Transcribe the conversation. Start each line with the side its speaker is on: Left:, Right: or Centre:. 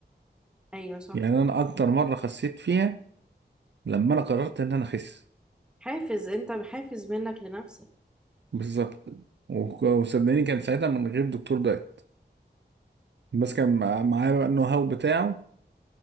Centre: ايوه صح
Right: يعني انا اكتر مره خسيت فيها لما انا قررت ان انا اخس
Centre: حافز انت حافز منك لنفسك
Right: بالظبط وك- وصدقني كان ساعتها من غير دكتور دايت بس كان مع- معايا بقى النو هاو بتاعه